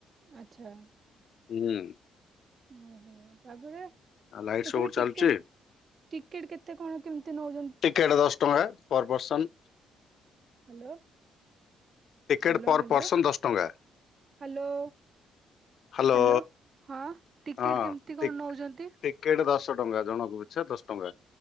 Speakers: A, on the right; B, on the left.
A: ଆଛା
B: ହୁଁ
A: ଓହୋ ତାପରେ
B: ଆଉ ଲାଇଟ
A: ତଥାପି
B: ଶୋ ଗୋଟେ
A: ଟିକେଟ,
B: ଚାଲିଛି
A: ଟିକେଟ କେତେ କଣ କେମିତି? ନଉଛନ୍ତି?
B: ଟିକେଟ ଦଶ ଟଙ୍କା per person.
A: Hello
B: ticket
A: hello
B: per
A: hello
B: person ଦଶ ଟଙ୍କା।
A: ହାଲୋ
B: ହ୍ୟାଲୋ
A: ହାଲୋ ହଁ
B: ହଁ
A: ଟିକେଟ କେମିତି
B: ଟି
A: କଣ ନଉଛନ୍ତି?
B: ଟିକେଟ ଦଶ ଟଙ୍କା ଜଣଙ୍କୁ ପିଛା ଦଶ ଟଙ୍କା।